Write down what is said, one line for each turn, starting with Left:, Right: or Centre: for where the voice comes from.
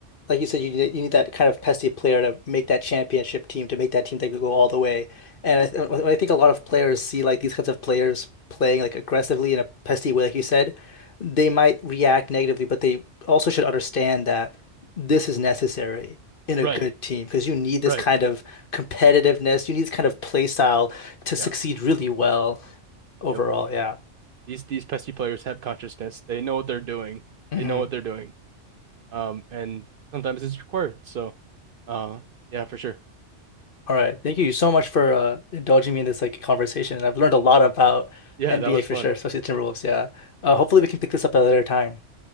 Left: like you said, you need you need that kind of pesky player to make that championship team, to make that team that could go all the way. And I, th I think a lot of players see like these kinds of players playing like aggressively in a pesky way, like you said, they might react negatively, but they also should understand that this is necessary in a
Right: Right,
Left: good team because you need this
Right: right.
Left: kind of competitiveness, you need this kind of play style to succeed
Right: Yeah.
Left: really well overall.
Right: Yep.
Left: Yeah.
Right: These these pesky players have consciousness. They know what they're doing.
Left: Mhm.
Right: They know what they're doing. Um and sometimes it's required. So uh yeah, for sure.
Left: All right. Thank you so much for uh, indulging me in this like conversation. I've learned a lot about
Right: Yeah,
Left: NBA
Right: that was
Left: for
Right: fun.
Left: sure, especially the Timberwolves. Yeah. Uh, hopefully we can pick this up at a later time.